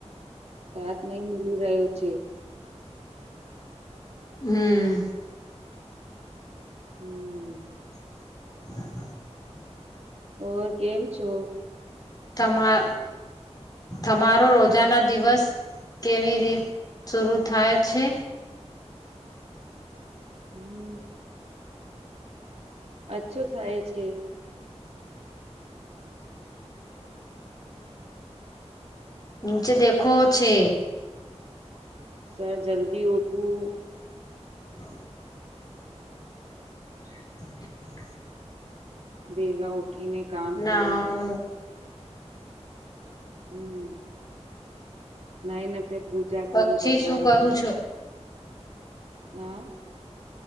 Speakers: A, on the right; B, on the left.
A: સાથ નહ મલી રહ્યો છે.
B: હમ.
A: હમ.
B: હ <inaudible>
A: ઓર કેમ છો?
B: તમામાં તમારો રોજાના દિવસ કેવી રીત શર થાય છે?
A: હમ અછું થાય છે.
B: નીચે દેખો છે.
A: જરા જલ્દી ઉઠું.
B: હા <unintelligible> હ <unintelligible>
A: ભેગા ઉઠીને. કામ
B: નાઊ.
A: કરવું હમ નાઈને ફીર પૂજા
B: પક્ષી
A: કરું ભગવાનકી
B: શું કરું છું
A: હે